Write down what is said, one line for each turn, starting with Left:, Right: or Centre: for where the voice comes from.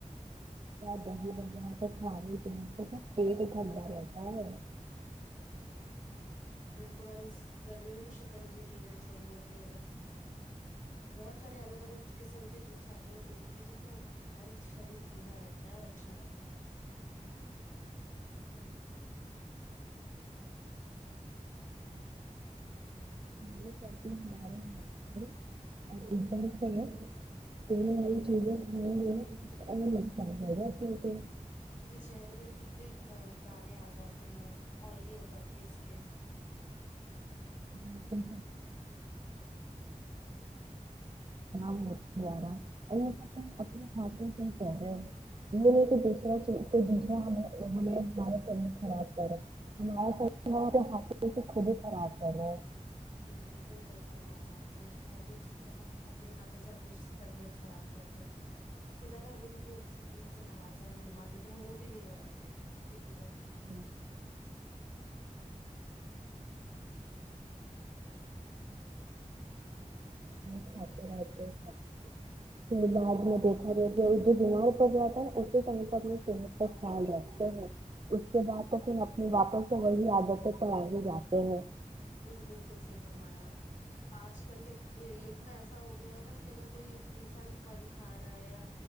Right: دہ ہی بیا تو کھے پینے پ پیٹ ٹنڈا رہتا ہے
Left: بالکل اور اس گرمی میں تو شکنجی پینا چاہیے پھر بہت سارے الگ الگ قسم کے جوس آتے ہیں وہ پینا چاہیے جس سے ہماراری شریر ٹھنڈا رہتا ہے اور اچھا رہتا ہے ہ
Right: یہ کرتی سلا رہے ہیں اور اپر ہ ہ ساری چیزیں کھائیں گے اور لگتاا گا پ ج
Left: مجھے چہرے پہ بھی کتنے دانے آ جاتے ہیں آئلی ہو جاتی ہے اسکن
Right: خراب ہوا ال اپنے ہاتھوں سے کہ رہے یہ ہے کہ دورا کوئی دوسرا ہم ہمارا شری خراب کرے ہماراھوں خود ہی خراب کر رہے
Left: ک تو بالکل صحی فرمایا آپ نے کہ ہم اپنی چیزیں ہم اپنے ہاتھوں سے اپنی طبیعت خراب کر رہے ہیں خدا نے ہمیں کتنی اچھی چیز سے نوازا ہے دماغ لیکن ہم وہ بھی نہیں لگاتے کتنی دف
Right: ج کھات رہتے پھر بعد میں دیکھ ارے جو ا جو بیماروپر جاتا ہے اسے سم تو اپنی صحت کا خیال رکھتے ہیں اس کے بعد تو پھر نہیں واپس تو وہی آادت ہے تو آگے جاتے ہیں
Left: یہ تو بالکل صحی فرمایا آپ نے آج کل کے یگ میں ایسا ہو گیا ہے نا کہ اگر کوئی انسان پھل کھا رہا ہے یا